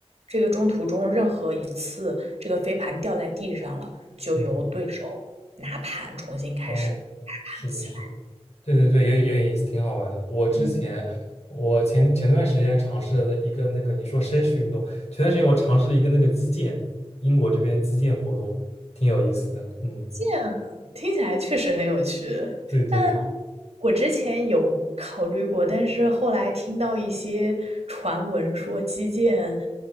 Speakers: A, on the right; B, on the left.
A: 这个中途中，任何一次这个飞盘掉在地上了，就由对手拿盘重新开始打盘起来。
B: 嗯哦，是的，是的，对对对，有有点意思，挺好玩的。我之前我前前段时间尝试了一个那个你说绅士运动，
A: 嗯
B: 前段时间我尝试了一个那个击剑，英国这边击剑活动，挺有意思的，嗯。
A: 这样听起来确实很有趣，
B: 对对对，
A: 但我之前有考虑过，但是后来听到一些传闻说击剑